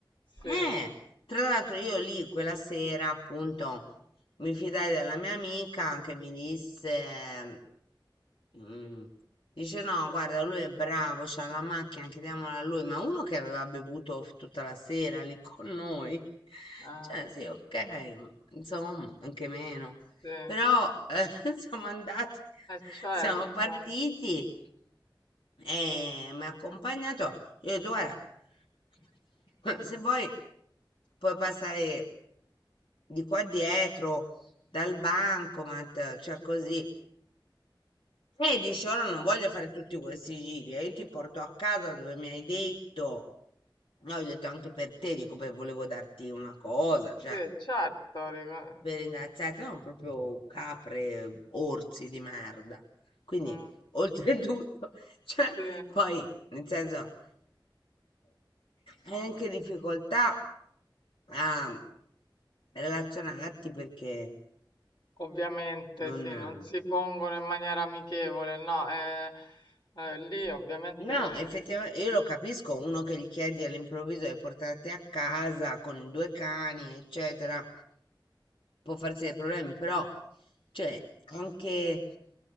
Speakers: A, on the left; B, on the left.
A: Sì.
B: Eh, tra l'altro io lì quella sera appunto mi fidai della mia amica che mi disse, mm, dice no, guarda, lui è bravo, c'ha la macchina, chiediamola a lui, ma uno che aveva bevuto f- tutta la sera lì con noi, <laughs>
A: eh.
B: cioè sì, ok, ma insomma, anche meno,
A: Sì, eh
B: però eh, <laughs> siamo andati, <laughs>
A: certo,
B: siamo partiti e mi ha accompagnato. Io ho detto, guarda, <laughs> se vuoi puoi passare di qua dietro dal bancomat, cioè così e dici, ora non voglio fare tutti questi giri, eh, io ti porto a casa dove mi hai detto, no, ho detto anche per te, dico, beh, volevo darti una cosa, cioè,
A: sì, certo, rico-
B: per ringraziarti, no, proprio capre, orsi di merda. Quindi,
A: mm,
B: oltretutto, <laughs> cioè,
A: sì,
B: poi, nel senso, hai anche difficoltà a relazionarti perché
A: ovviamente
B: non...
A: sì, non si pongono in maniera amichevole, no, eh, eh, lì ovviamente
B: No,
A: eh,
B: effettivamente io lo capisco, uno che gli chiedi all'improvviso di portarti a casa con i due cani, eccetera, può farsi dei problemi, però, cioè, anche